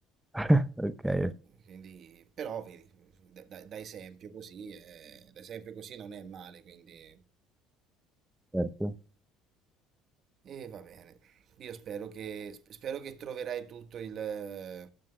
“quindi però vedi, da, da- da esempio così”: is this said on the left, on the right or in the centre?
Right